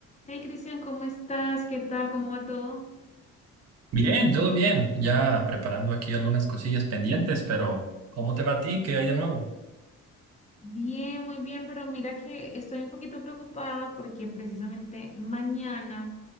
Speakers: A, on the left; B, on the right.
A: Hey Cristian, ¿cómo estás? ¿Qué tal? ¿Cómo va todo?
B: Bien, todo bien. Ya preparando aquí algunas cosillas pendientes, pero ¿cómo te va a ti? ¿Qué hay de nuevo?
A: Bien, muy bien, pero mira que estoy un poquito preocupada porque precisamente mañana